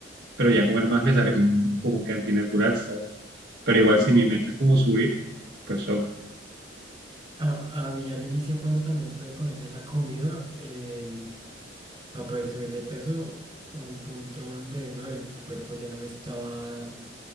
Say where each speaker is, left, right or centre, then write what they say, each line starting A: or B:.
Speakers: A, on the right; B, on the right.
A: pero ya
B: sí,
A: comer más me sale como, como que antinatural, ¿sabes? Pero igual
B: no.
A: si mi meta es como subir, pues toca.
B: A, a mí al inicio cuando también estuve con ese de la comida, em, para poder subir de peso, un punto donde no, el cuerpo ya no me estaba...